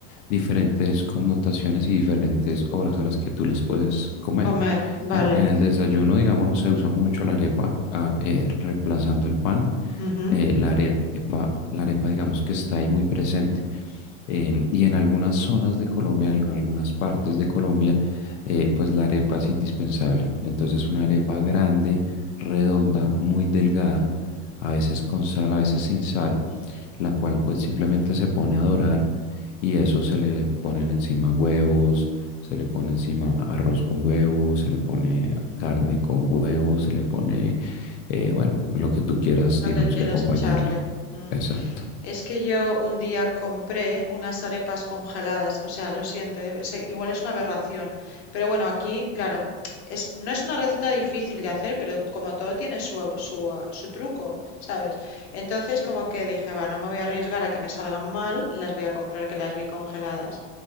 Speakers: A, on the left; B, on the left.
A: diferentes connotaciones y diferentes horas a las que tú las puedes comer.
B: comer, vale.
A: En, en el desayuno, digamos, se usa mucho la arepa ah, eh, reemplazando el pan
B: Ujú.
A: eh, la arepa, la arepa digamos que está ahí muy presente. Eh, y en algunas zonas de Colombia, en algunas partes de Colombia, eh, pues la arepa es indispensable. Entonces una arepa grande, redonda, muy delgada, a veces con sal, a veces sin sal, la cual pues simplemente se pone a dorar y eso se le ponen encima huevos. Se le pone encima arroz con huevos, se le pone carne con huevos, se le pone, eh, bueno, lo que tú quieras,
B: Lo
A: digamos
B: que quieras
A: que acompañarla.
B: echarle. Mm.
A: Exacto.
B: Es que yo un día compré unas arepas congeladas, o sea, lo siento, eh, se- igual es una aberración, pero bueno, aquí, claro, es, no es una receta difícil de hacer, pero como todo tiene su, su, ah, su truco, ¿sabes? Entonces como que dije, va, no me voy a arriesgar a que me salgan mal, las voy a comprar que las vi congeladas.